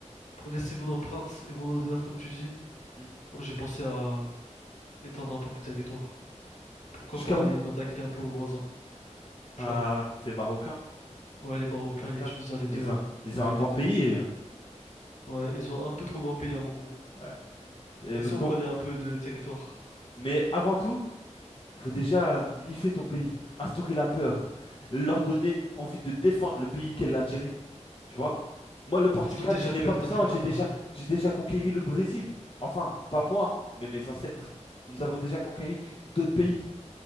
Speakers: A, on the left; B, on the left.
A: pour laisser mon empreinte et mon honneur, comme tu dis,
B: Hmm.
A: moi, j'ai pensé à étendre un peu mon territoire. Pourquoi
B: Jusqu'à
A: pas aller
B: où?
A: m'attaquer un peu aux voisins,
B: Ah,
A: tu vois?
B: c'est marocain,
A: Ouais, les Marocains
B: donc
A: et les
B: ça.
A: Tunisiens, les deux,
B: Ils
A: hein.
B: ont, ils
A: Les
B: ont
A: deux,
B: un grand
A: les deux.
B: pays. hein.
A: Ouais, ils ont un peu trop grand pays à mon goût.
B: Ouais. Euh,
A: Mais si
B: qu'on-
A: on prenait un peu de territoire?
B: Mais avant tout, faut déjà unifier ton pays, instaurer la peur, leur donner envie de défendre le pays qu'est l'Algérie. Tu vois? Moi, le Portugal,
A: Ils ont déjà
B: je
A: peur,
B: n'ai pas besoin.
A: t'inquiète
B: J'ai
A: pas
B: déjà,
A: pour ça.
B: j'ai déjà conquéri le Brésil. Enfin, pas moi, mais mes ancêtres. Nous avons déjà conquéri d'autres pays.